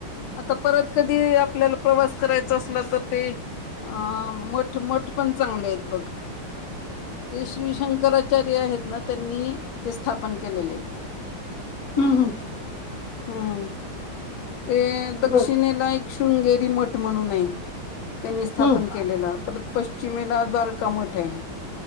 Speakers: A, on the left; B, on the left.
A: आता परत कधी आपल्याला प्रवास करायचा असला त ते अ मठ मठ पण चांगलेयेत बघ ते श्री शंकराचार्य आहेत ना त्यांनी ते स्थापन केलेले येत. <inaudible>
B: हूं हूं
A: हम्म ते दक्षिणेला
B: बर
A: एक शृंगेरी मठ म्हणून आय. त्यांनी स्थापन
B: हम्म
A: केलेला परत पश्चिमेला द्वारका मठ आहे.